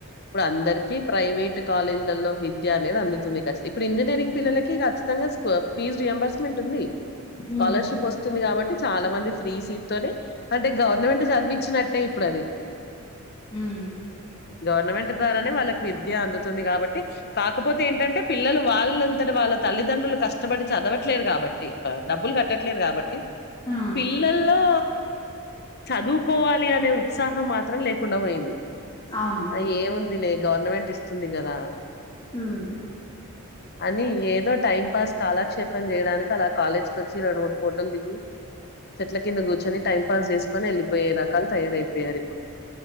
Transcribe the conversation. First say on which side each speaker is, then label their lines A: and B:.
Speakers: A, on the left; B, on the left.
A: ఇప్పుడు అందరికీ ప్రైవేట్ కాలేజీలలో విద్య అనేది అందుతుంది. ఖచ్చి ఇప్పుడు ఇంజనీరింగ్ పిల్లలకి ఖచ్చితంగా ఫీజ రీయింబర్స్ మెంట్ ఉంది.
B: ఉమ్
A: స్కాలర్షిప్ వస్తుంది గాబట్టి చాలా మంది ఫ్రీ సీట్ తోనే అంటే గవర్నమెంట్ చదివిచ్చినట్టే ఇప్పుడు అది.
B: హ్మ్
A: గవర్నమెంట్ ద్వారానే వాళ్ విద్య అందుతుంది గాబట్టి కాకపోతే ఏంటంటే పిల్లలు వాళ్ళంతట వాళ్ళ తల్లిదండ్రులు కష్టపడి చదవట్లేదు కాబట్టి డబ్బులు కట్టట్లేదు కాబట్టి
B: ఆ
A: పిల్లల్లో ల్లో చదువుకోవాలి అనే ఉత్సాహం మాత్రం లేకుండా పోయింది.
B: అవును
A: అ ఏముంది లే గవర్నమెంట్ ఇస్తుంది గదా.
B: హ్మ్
A: అని ఏదో టైం పాస్ కాలాక్షేపం చేయడానికి అలా కాలేజ్కి వచ్చి రెండు మూడు ఫోటోలు దిగి చెట్ల కింద కూర్చొని టైం పాస్ చేసుకొని వెళ్ళి వెయ్యి రకాలు తయారయిపోయారు ఇప్పుడు